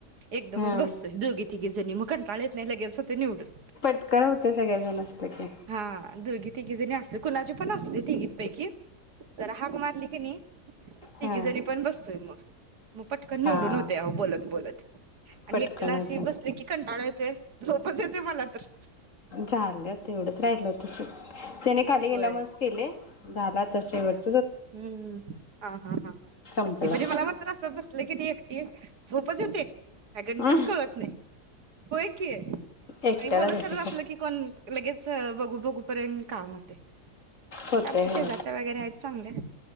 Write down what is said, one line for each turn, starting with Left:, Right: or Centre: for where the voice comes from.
Right: एकदमच
Left: हा
Right: बस. दोघी तिघी जणी मग कंटाळा येत नाही लगेच होतंय निवडून.
Left: पटकन होते सगळेजण असलं की.
Right: हा दोघी तिघी जणी असते कुणाची पण असते तिघीपैकी तर हाक मारली नी तिघी
Left: हा
Right: पण बसतोय मग मग पटकन निवडून
Left: हा
Right: होते अव बोलत बोलत आणि
Left: पटकन
Right: ला
Left: होतं
Right: अशी बसली की कंटाळा येतोय. झोपच येते मला तर.
Left: झालं तेवढंच राहिल होत. त्याने खाली गेल्यामुळेच
Right: होय.
Left: केले. झाल आता शेवट.
Right: हम्म हा हा हा
Left: संपलं
Right: म्हणजे मला मात्र असं बसलं कीनी. ते झोपच येते. काय गणितच
Left: अ
Right: कळत नाही. होय की आणि
Left: एकट्याला
Right: बोलत
Left: तसच
Right: चालत असलं की कोण लगेच. चं बघू बघूपर्यंत काम होतयं.
Left: होतय
Right: तसे आमच्या
Left: हो
Right: शेजारच्या वगैरे आहेत. चांगल्या